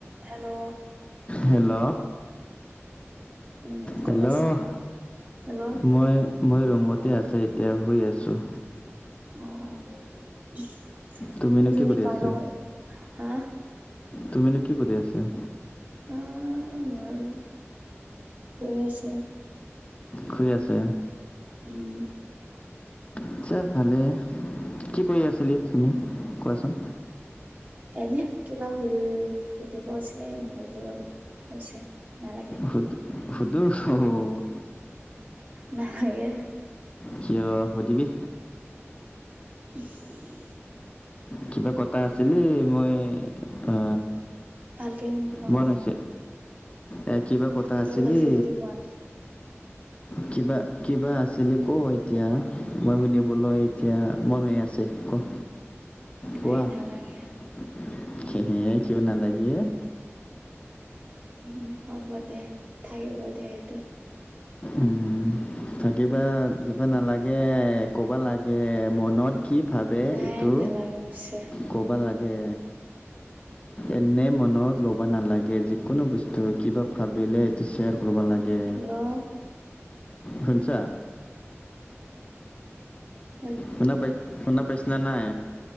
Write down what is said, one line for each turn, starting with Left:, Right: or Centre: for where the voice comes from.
Right: Hello.
Left: Hello,
Right: উম ক'ত
Left: হেল্ল'
Right: আছা হেল্ল'
Left: মই। মই ৰুমতে আছোঁ এতিয়া শুই আছোঁ।
Right: অ'
Left: তুমিনো
Right: অথনি
Left: কি কৰি
Right: কাৰ
Left: আছে
Right: লগত হা
Left: তুমিনো কি কৰি আছা?
Right: অহ নোৱাৰো শুনিছোঁ।
Left: শুই আছে।
Right: উম।
Left: আচ্ছা ভালে কি কৰি আছিলি তুমি কোৱাচোন।
Right: এনে কিবা সুধ-সুধিব আছিলে নোসোধোঁ আৰু। হৈছে নালাগে।
Left: সুধ সোধোঁ অ'।
Right: নালাগে।
Left: কিয় সুধিবি।
Right: <inaudible>
Left: কিবা কথা আছিলি মই আ
Right: ভালকে শুনি পোৱা
Left: মন
Right: নাই
Left: আছে এ কিবা কথা আছিলি
Right: ভালকে সুধি পোৱা <inaudible>
Left: কিবা, কিবা আছিলে ক' এতিয়া মই শুনিবলৈ এতিয়া মন হৈ আছে ক'।
Right: নাই
Left: কোৱা
Right: নালাগে।
Left: <unintelligible> কিয় নালাগে?
Right: উম হ'ব দে থাকিব দে সেইটো।
Left: উম থাকিবা দিবা নালাগে ক'বা লাগে মনত। কি ভাৱে
Right: নাই
Left: এইটো
Right: নালাগে হৈছে
Left: ক'বা লা। গে এনেই মনত ল'ব নালাগে যিকোনো বস্তু কিবা। ভাবিলে এইটো শ্বেয়াৰ কৰিব লাগে।
Right: হেল্লো'।
Left: শুনিছা।
Right: হেল্লো।
Left: শুনা পাই শুনা পাইছা নে নাই।